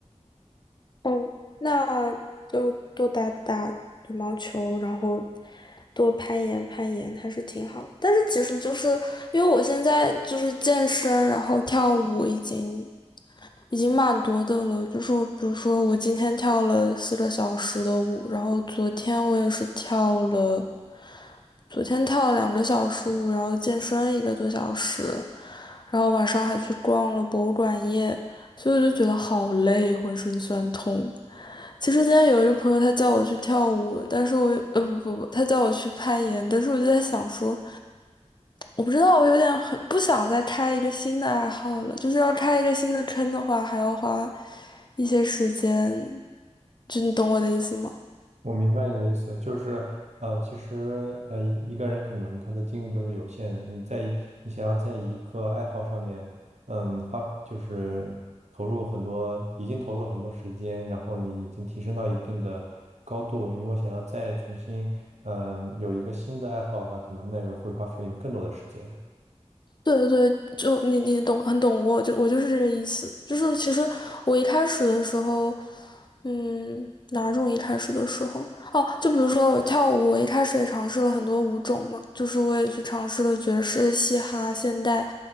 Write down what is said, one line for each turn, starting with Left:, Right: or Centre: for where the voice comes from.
Left: 嗯，那就多打打羽毛球，然后多攀岩攀岩，还是挺好的。但是其实就是因为我现在就是健身，然后跳舞已经已经蛮多的了。就是比如说我今天跳了四个小时的舞，然后昨天我也是跳了，昨天跳了两个小时舞，然后健身一个多小时，然后晚上还去逛了博物馆夜，所以我就觉得好累，浑身酸痛。其实今天有一个朋友，他叫我去跳舞，但是我呃不不不，他叫我去攀岩，但是我就在想说，我不知道，我有点很不想再开一个新的爱好了，就是要开一个新的坑的话，还要花一些时间，就你懂我的意思吗？
Right: 我明白你的意思，就是呃，其实呃，一一个人可能他的精力都是有限的。你在你想要在一个爱好上面，嗯，花就是投入很多，已经投入很多时间，然后你已经提升到一定的高度。如果想要再重新，嗯、有一个新的爱好的话，可能那个会花费你更多的时间。
Left: 对对对，就你你懂很懂我，就我就是这个意思。就是其实我一开始的时候，嗯，哪种一开始的时候？哦，就比如说我跳舞，我一开始也尝试了很多舞种嘛，就是我也去尝试了爵士、嘻哈、现代，